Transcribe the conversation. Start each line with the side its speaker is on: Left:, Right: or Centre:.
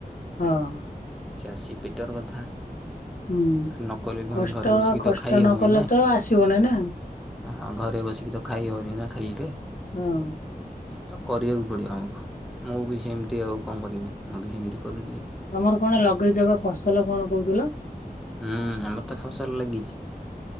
Left: ହଁ।
Centre: ଚାଷୀ ପେଟର କଥା।
Left: ହୁଁ।
Centre: ଆ ନକଲେ ଫୁଣି
Left: କଷ୍ଟ
Centre: ଘରେ ବସିକି
Left: କଷ୍ଟ
Centre: ତ ଖାଇହବନି
Left: ନ କଲେ
Centre: ନା।
Left: ତ ଆସିବନି ନା
Centre: ଆ ଘରେ ବସିକି ତ ଖାଇ ହବନି ନା ଖାଲିରେ।
Left: ହଁ।
Centre: ତ କରିବାକୁ ପଡ଼ିବ ଆମକୁ ମୁଁ ବି ସେମିତି ଆଉ କଣ କରିବି ମୁଁ ବି ସେମିତି କରୁଚି।
Left: ତମର କଣ ଲଗେଇଚ ବା ଫସଲ କଣ କହୁଥିଲ?
Centre: ହୁଁ ଆମର ତ ଫସଲ ଲାଗିଛି।